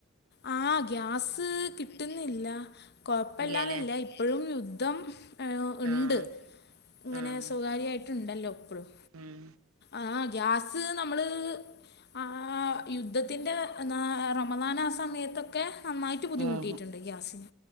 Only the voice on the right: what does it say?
ഇല്ലല്ലേ
ആഹ്
ആഹ്
ഉം
ഉം